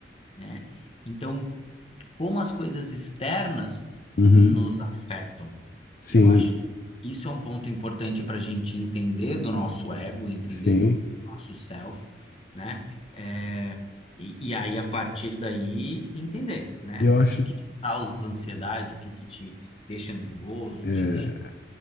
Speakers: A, on the left; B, on the left.
A: né? Então, como as coisas externas
B: Uhum.
A: nos afetam
B: Sim,
A: eu acho que isso é um ponto importante para a gente entender do nosso ego, entender
B: sim.
A: do nosso self, né? É, e, e aí, a partir daí, entender, né?
B: E eu
A: O
B: acho.
A: que que te causa ansiedade, o que que te deixa nervoso,
B: É,
A: o que te deixa.